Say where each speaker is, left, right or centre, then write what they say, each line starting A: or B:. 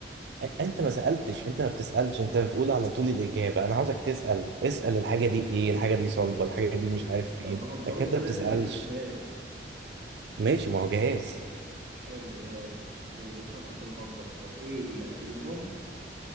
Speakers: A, on the right; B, on the right.
A: أ- انت ما سالتش انت ما بتسالش انت بتقول على طول الاجابه انا عاوزك تسال اسال الحاجه دي ايه الحاجه دي صلبه الحاجه دي مش عارف فين
B: طب ما هو انت
A: لكن
B: قلت
A: انت ما
B: لازم
A: بتسالش
B: يبقى جهاز
A: ماشي ما هو جهاز
B: حلو جهاز وبيتحط في المطبخ طب ايه لا تليفون